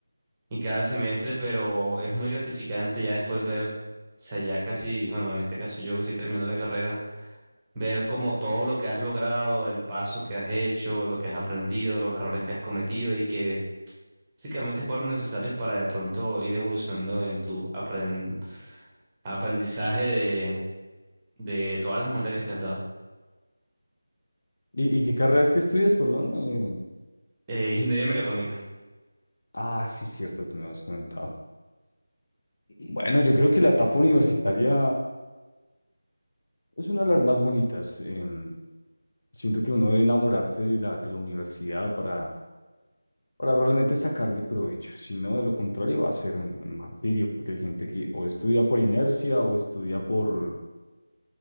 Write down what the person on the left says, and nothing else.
¿Y, y qué carrera es que estudias, perdón? Eh,
Ah, sí, cierto, tú me has comentado. Bueno, yo creo que la etapa universitaria es una de las más bonitas. em, siento que uno debe enamorarse de la, de la universidad para, para realmente sacarle provecho. Si no, de lo contrario, va a ser un, un martirio, porque hay gente que o estudia por inercia o estudia por,